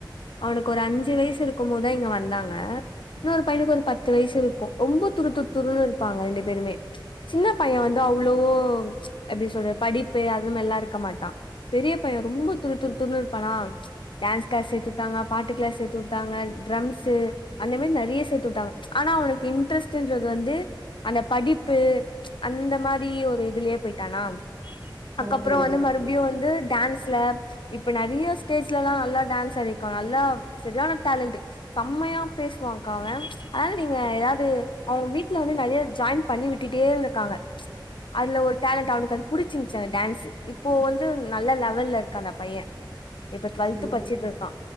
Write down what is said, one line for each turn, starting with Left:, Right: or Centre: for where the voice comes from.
Left: அவனுக்கு ஒரு அஞ்சு வைசு இருக்கம் போத்தா இங்க வந்தாங்க இன்னொரு பையனுக்கு ஒரு பத்து வைசு இருக்கு ரொம்போ துருத்து துருனு இருப்பாங்க ரெண்டு பேருமே சின்னப் பைய வந்து அவ்ளோ எப்டி சொல்ற படிப் பு அது மேர்லா இருக்க மாட்டா பெரிய பைய ரொம்ப துரு துரு துர்னு இருப்பானா டேன்ஸ் க்ளாஸ் சேத்து உட்டாங்க பாட்டு க்ளாஸ் சேத்து உட்டாங்க ட்ரம்ஸு அந்த மேரி நறைய சேத்து உட்டாங் ஆனா அவனக்கு இன்ட்ரெஸ்ட்டுன்றது வந்து அந்த படிப்பு அந்த மாரி ஒரு இதுலயே போயிட்டானா அக்கப்றொ
Right: ஓகே
Left: வந்து
Right: ஓகே
Left: மறுப்டியு வந்து டான்ஸ் ல இப்ப நறைய ஸ்டேஜ்லல்லா நல்லா டான்ஸ் <unintelligible> நல்லா செரியான டேலண்ட்டு சம்மையா பேசுவாங்க்கா அவ அதாவ்து நீங்க ஏதாவ்து அவ வீட்ல வந்து நறைய ஜாயின் பண்ணி விட்டுட்டே இருந்த்ருக்காங்க அதுல ஒரு டேலண்ட் அவனுக்கு அது புடிச்சிருந் ச்சி அந்த டான்ஸு இப்போ வந்து நல்ல லெவல்ல இருக்கா அந்த பைய இப்ப டுவெல்த்து
Right: சரி
Left: பச்சிட்ருக்கா